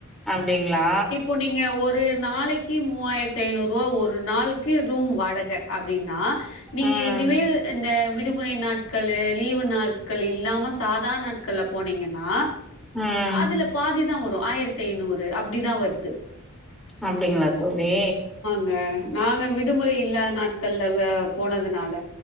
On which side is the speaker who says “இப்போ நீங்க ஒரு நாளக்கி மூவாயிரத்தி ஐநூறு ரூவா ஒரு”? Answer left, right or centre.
Left